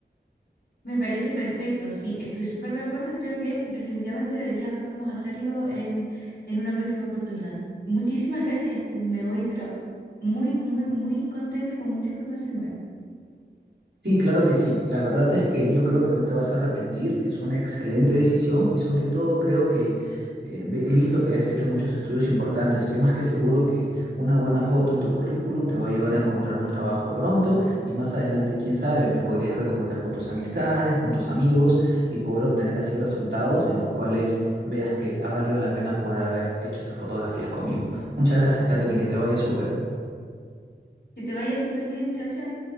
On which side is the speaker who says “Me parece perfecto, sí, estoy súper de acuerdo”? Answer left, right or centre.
Left